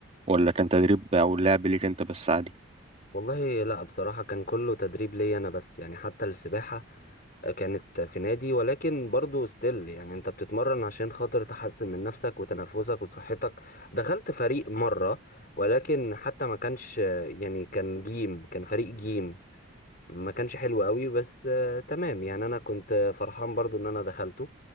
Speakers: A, on the right (about 30°); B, on the left (about 45°).
A: ولا كان تدريب أو لعب ليك أنت بس عادي؟
B: والله لا بصراحة كان كله تدريب ليا أنا بس يعني حتى السباحة كانت في نادي ولكن برضو ستيل يعني أنت بتتمرن عشان خاطر تحسن من نفسك وتنفسك وصحتك دخلت فريق مرة ولكن حتى ما كانش يعني كان جيم كان فريق جيم ما كانش حلو قوي بس آه، تمام يعني أنا كنت فرحان برضو إن أنا دخلته